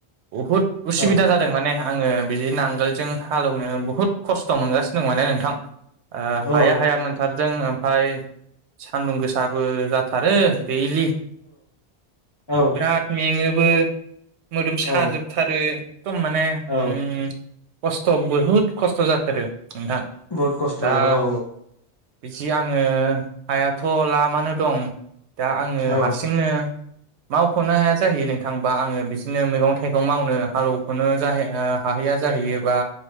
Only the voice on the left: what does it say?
औ
औ
औ
औ
औ
बहुद खस्थ'
आरो औ
औ